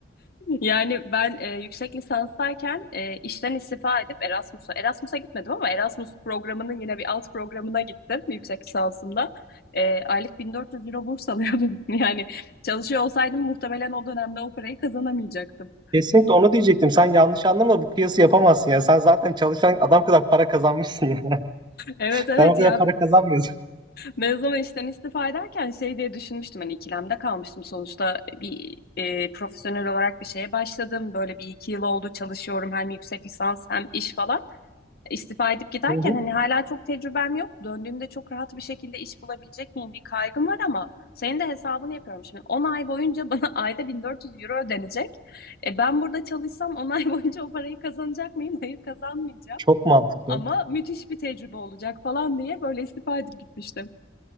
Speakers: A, on the left (about 50°); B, on the right (about 25°).
A: Yani ben e, yüksek lisanstayken e, işten istifa edip Erasmus'a Erasmus'a gitmedim ama Erasmus programının yine bir alt programına gittim yüksek lisansımda. E, aylık 1400 euro burs alıyordum. <laughs> Yani çalışıyor olsaydım muhtemelen o dönemde o parayı kazanamayacaktım.
B: Kesinlikle onu diyecektim. Sen yanlış anlama bu kıyası yapamazsın ya. Sen zaten çalışan adam kadar para kazanmışsın ya. <laughs>
A: Evet evet
B: Ben o kadar
A: ya
B: para kazanmıyorum.
A: mezun işten istifa ederken şey diye düşünmüştüm hani ikilemde kalmıştım sonuçta bir e, profesyonel olarak bir şeye başladım. Böyle bir iki yıl oldu çalışıyorum hem yüksek lisans hem iş falan. istifa edip giderken
B: <laughs> Hı hı.
A: hani hala çok tecrübem yok. Döndüğümde çok rahat bir şekilde iş bulabilecek miyim bir kaygım var ama senin de hesabını yapıyorum şimdi. on ay boyunca bana <laughs> ayda 1400 euro ödenecek. E ben burada çalışsam 10 ay boyunca o parayı kazanacak mıyım? <laughs> Hayır kazanmayacağım.
B: Çok mantıklı.
A: Ama müthiş bir tecrübe olacak falan diye böyle istifa edip gitmiştim.